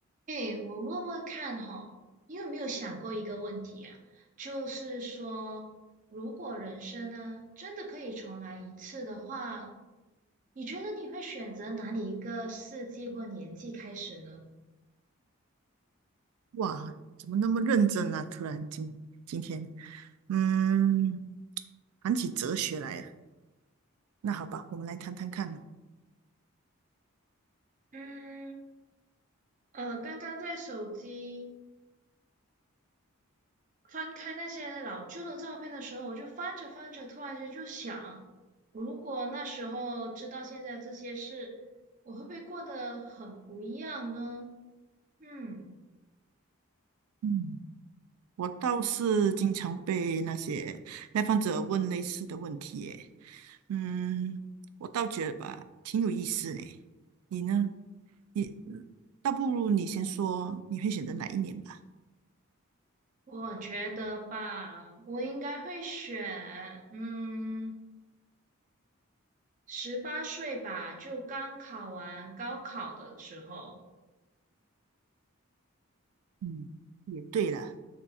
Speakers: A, on the right (about 35°); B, on the right (about 80°).
A: 哎，我问问看哈，你有没有想过一个问题啊？就是说，如果人生呢，真的可以重来一次的话，你觉得你会选择哪里一个世纪或年纪开始呢？
B: 哇，怎么那么认真啊？突然今今天，嗯，谈起哲学来了。那好吧，我们来谈谈看。
A: 嗯，呃，刚刚在手机翻开那些老旧的照片的时候，我就翻着翻着，突然间就想，如果那时候知道现在这些事，我会不会过得很不一样呢？嗯。
B: 嗯，我倒是经常被那些来访者问类似的问题耶。嗯，我倒觉得吧，挺有意思嘞。你呢？你，嗯倒不如你先说，你会选择哪一年吧？
A: 我觉得吧，我应该会选，嗯，十八岁吧，就刚考完高考的时候。
B: 嗯，也对了。